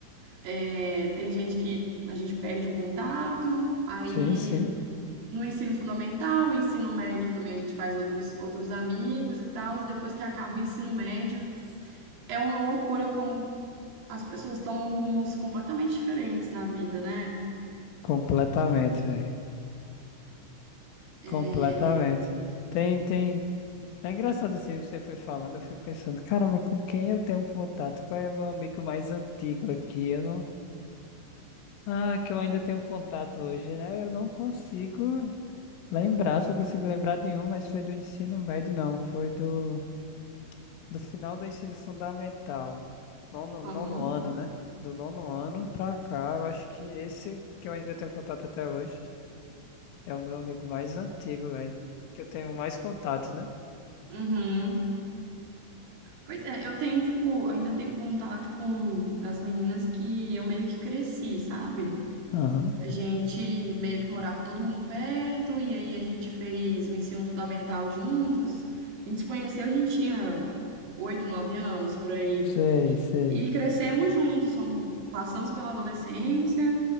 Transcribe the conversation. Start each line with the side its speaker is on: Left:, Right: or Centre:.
Right: É, tem gente que a gente perde o contato, aí
Left: Sim, sim.
Right: no ensino fundamental, ensino médio também a gente faz outros, outros amigos e tal, e depois que acaba o ensino médio, é uma loucura como as pessoas tomam rumos completamente diferentes na vida, né?
Left: Completamente, velho.
Right: É,
Left: Completamente. Tem, tem. É engraçado assim, você foi falando, eu fui pensando, caramba, com quem eu tenho contato? Qual é meu amigo mais antigo aqui? Eu não. Ah, que eu ainda tenho contato hoje, né? Eu não consigo lembrar, só consigo lembrar de um, mas foi do ensino médio, não. Foi do. do final do ensino fundamental, nono,
Right: Aham.
Left: nono ano, né? Do nono ano pra cá, eu acho que esse que eu ainda tenho contato até hoje é o meu amigo mais antigo, velho. Que eu tenho mais contato, né?
Right: Uhum. Pois é, eu tenho, tipo, ainda tenho contato com as meninas que eu meio que cresci, sabe?
Left: Aham,
Right: A gente meio que morava todo mundo perto, e aí a gente fez o ensino fundamental juntas. A gente se conheceu, a gente tinha oito, nove anos por aí.
Left: Sei, sei.
Right: E crescemos juntos, fomos- passamos pela adolescência.